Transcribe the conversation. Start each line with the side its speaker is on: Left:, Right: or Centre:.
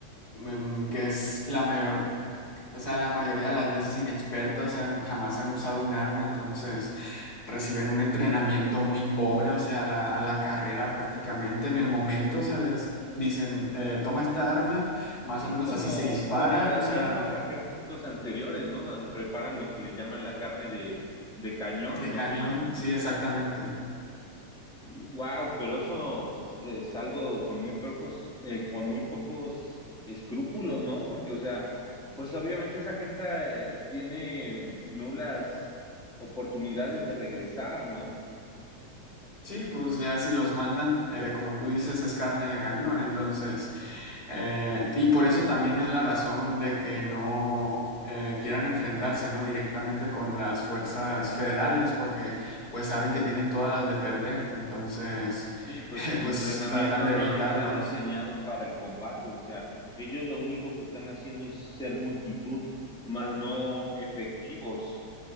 Left: em, que es la mayor O sea, la mayoría de las veces inexperta, o sea, han- jamás han usado un arma, entonces reciben un entrenamiento muy pobre, o sea, a la, a la carrera prácticamente en el momento, o sea, les dicen, eh, toma esta arma, más
Centre: Sí,
Left: o menos
Centre: como,
Left: así se dispara,
Centre: como lo hacían
Left: o sea,
Centre: los ejércitos anteriores, ¿no? Preparan lo que le llaman la carne de, de cañón,
Left: de
Centre: ¿no?
Left: cañón,
Centre: Y
Left: sí, exactamente.
Centre: Wow, pero eso pues es algo con muy pocos, eh, con muy pocos escrúpulos, ¿no? Porque, o sea, pues obviamente esa gente eh, tiene nulas oportunidades de regresar, ¿no?
Left: Sí, pues ya si los mandan, eh, como tú dices, es carne de cañón, entonces... Eh, y por eso también es la razón de que no eh, quieran enfrentarse, ¿no? directamente con las fuerzas federales, porque pues saben que tienen todas las de perder, entonces
Centre: Sí, pues
Left: <laughs>
Centre: su
Left: pues
Centre: entrenamiento
Left: tratan de
Centre: no
Left: evitarlos.
Centre: está diseñado para el combate, o sea, ellos lo único que están haciendo es ser multitud, más no efectivos.